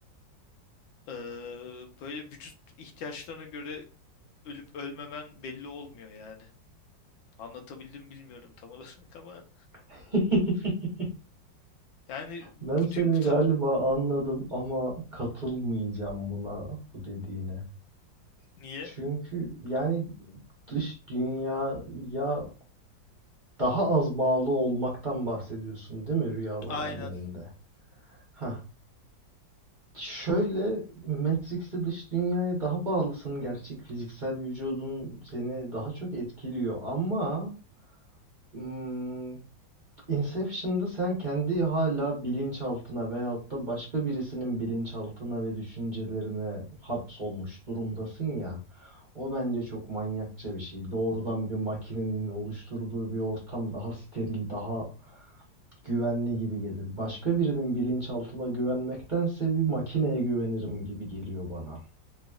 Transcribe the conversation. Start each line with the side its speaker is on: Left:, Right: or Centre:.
Left: eee, böyle vücut ihtiyaçlarına göre Ölüp ölmemen belli olmuyor yani. Anlatabildim mi bilmiyorum tam <laughs> olarak ama
Right: <laughs>
Left: yani bu
Right: Ben
Left: dü-
Right: seni
Left: bu ta-
Right: galiba anladım ama katılmayacağım buna bu dediğine.
Left: niye?
Right: Çünkü yani dış dünyaya daha az bağlı olmaktan bahsediyorsun değil mi rüyalar
Left: Aynen.
Right: aleminde? Ha. Şöyle Matrix'te dış dünyaya daha bağlısın. Gerçek fiziksel vücudun seni daha çok etkiliyor ama hmm, Inception'da sen kendi hala bilinçaltına veyahut da başka birisinin bilinçaltına ve düşüncelerine hapsolmuş durumdasın ya. O bence çok manyakça bir şey. Doğrudan bir makinenin oluşturduğu bir ortam daha steril, daha güvenli gibi gelir. Başka birinin bilinçaltına güvenmektense bir makineye güvenirim gibi geliyor bana.